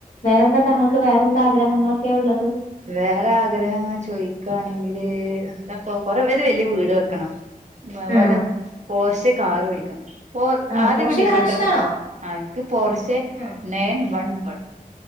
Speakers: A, on the left; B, on the right.
A: വേറെന്താ താങ്കൾക്ക് വേറെന്താ ഗ്രഹങ്ങളൊക്കെ ഉള്ളത്
B: വേറെ ആഗ്രഹം അങ്ങനെ ചോയ്ക്കാണെങ്കില് എന്താപ്പോ കൊറെ ഒര് വല്യ വീട് വെക്കണം തെ പോലെ
A: ആ
B: പോർഷ് കാറ് മേടിക്കണം പോർ
A: ആ
B: ആദ്യ
A: പോഷകാഹാരം
B: ഡിഫൻറൊക്കെ
A: ഇഷ്ടാണോ?
B: ആക്ക് പോർച്ചെ
A: ഉം.
B: നയൻ വൺ പൺ